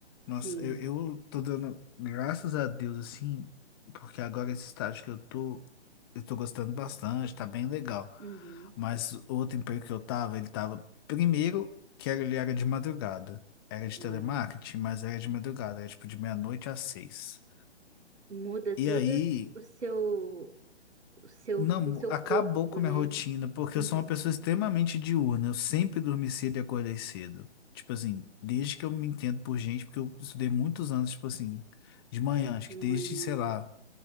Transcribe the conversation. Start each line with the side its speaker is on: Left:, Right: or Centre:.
Left: Nossa,
Right: Sim.
Left: eu, eu tô dando graças a Deus, assim, porque agora esse estágio que eu tô, eu tô gostando bastante, tá bem legal.
Right: Uhum.
Left: Mas o outro emprego que eu tava, ele tava, primeiro, que era, ele era de madrugada. Era de
Right: Nossa,
Left: telemarketing, mas era de madrugada, era tipo de meia-noite às seis.
Right: muda
Left: E
Right: todo
Left: aí,
Right: o seu, o seu,
Left: Não,
Right: o seu
Left: acabou
Right: corpo,
Left: com
Right: né?
Left: a minha rotina, porque
Right: Uhum.
Left: eu sou uma pessoa extremamente diurna. Eu sempre dormi cedo e acordei cedo. Tipo assim, desde que eu me entendo por gente, porque eu estudei muitos anos, tipo assim, de manhã, acho
Right: De
Left: que
Right: manhã.
Left: desde, sei lá,